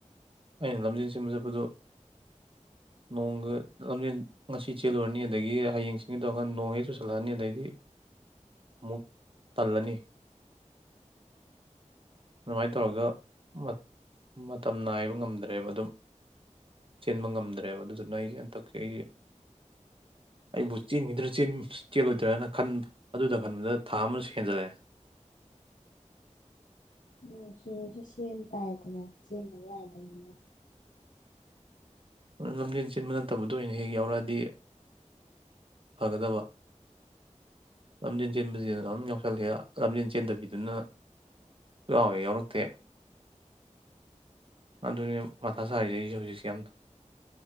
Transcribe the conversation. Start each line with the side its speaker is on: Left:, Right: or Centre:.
Right: ꯑꯩꯅ ꯂꯝꯖꯦꯟ ꯆꯦꯟꯕ ꯆꯠꯄꯗꯣ ꯅꯣꯡꯒ ꯂꯝꯖꯦꯟ ꯉꯁꯤ ꯆꯦꯜꯂꯨꯔꯅꯤ ꯑꯗꯒꯤ ꯍꯌꯦꯡ ꯆꯦꯜꯒꯦ ꯇꯧꯔꯀꯥꯟꯗ ꯅꯣꯡ ꯍꯦꯛ ꯆꯨꯁꯜꯂꯛꯑꯅꯤ ꯑꯗꯩꯗꯤ ꯑꯃꯨꯛ ꯇꯜꯂꯅꯤ ꯑꯗꯨꯃꯥꯏꯅ ꯇꯧꯔꯒ ꯃꯥꯌ ꯃꯥꯌ ꯇꯝ ꯅꯥꯏꯕ ꯉꯝꯗ꯭ꯔꯦꯕ ꯑꯗꯨꯝ ꯆꯦꯟꯕꯥ ꯉꯝꯗ꯭ꯔꯦ ꯔꯦꯕ ꯑꯗꯨꯗꯨꯅ ꯑꯩꯁꯦ ꯍꯟꯇꯛ ꯑꯩꯁꯦ ꯑꯩꯕꯨ ꯆꯦꯟꯈꯤꯗ꯭ꯔ ꯆꯦꯜꯂꯣꯏꯗ꯭ꯔꯅ ꯈꯟꯕ ꯑꯗꯨꯗ ꯈꯟꯕꯗ ꯊꯥ ꯑꯃꯁꯨ ꯍꯦꯟꯖꯜꯂꯛꯑꯦ
Left: ꯅꯣꯡ ꯆꯨꯔꯁꯨ ꯆꯦꯟ ꯇꯥꯏꯗꯅ ꯆꯦꯟꯗꯕ ꯌꯥꯗꯥꯃꯤꯅꯥ
Right: ꯂꯝꯖꯦꯟ ꯆꯦꯟꯕ ꯅꯠꯇꯕꯗꯨꯅ ꯑꯣꯏꯅ ꯍꯦꯛ ꯌꯥꯎꯔꯛꯑꯗꯤ ꯐꯒꯗꯕ ꯂꯝꯖꯦꯟ ꯆꯦꯟꯕꯁꯤꯗ ꯑꯗꯨꯝ ꯌꯥꯎꯁꯜꯂꯦ ꯂꯝꯖꯦꯟ ꯆꯦꯟꯗꯕꯤꯗꯨꯅ ꯁꯨꯛꯌꯥꯎ ꯍꯦꯛ ꯌꯥꯎꯔꯛꯇꯦ ꯑꯗꯨꯅꯤꯅꯦ ꯃꯊꯥ ꯁꯥꯔꯤꯁꯨ ꯑꯩꯁꯤ ꯍꯧꯖꯤꯛꯁꯨ ꯀꯦꯝ ꯗꯤ